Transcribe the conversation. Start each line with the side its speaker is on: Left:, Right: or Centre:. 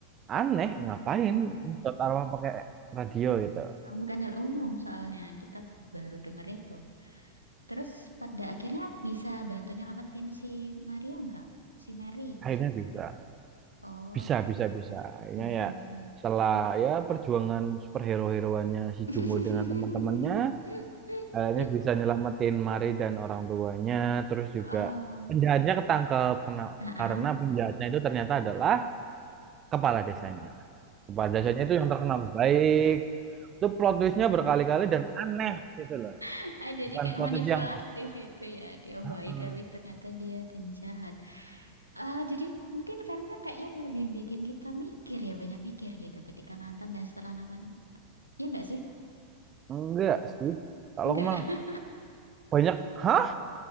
Right: aneh ngapain buat arwah pakai radio gitu
Left: <laughs> Bukan hal umum soalnya. Kita baru dengar itu. Terus pada akhirnya bisa bantu nyelamatin si Maria nggak? Si Mary
Right: akhirnya
Left: maksudku.
Right: bisa
Left: Oh,
Right: bisa bisa bisa akhirnya
Left: mm-mm.
Right: ya setelah ya perjuangan superhero-heroannya si
Left: <laughs>
Right: Jumbo dengan teman-temannya Kayaknya bisa nyelamatin Mari dan orang tuanya. Terus juga
Left: Oke.
Right: penjahatnya ketangkep kena-
Left: Ah, ah.
Right: karena penjahatnya itu ternyata adalah kepala desanya. Kepala desanya itu yang terkenal baik. Itu plot twistnya berkali-kali dan aneh gitu loh.
Left: <laughs> Jadi
Right: Bukan
Left: kayak
Right: plot
Left: manipulatif
Right: twist yang
Left: gitu ya. Dia
Right: "Ah,
Left: baik
Right: ah."
Left: tapi ternyata dia penjahat. Ah, jadi mungkin filmnya kayaknya lebih bikin kita mikir ya, banyak mikir gitu ketika nonton dan setelah nonton. Ya enggak sih?
Right: enggak sih. Kalau
Left: Enggak.
Right: aku malah
Left: <laughs>
Right: banyak hah?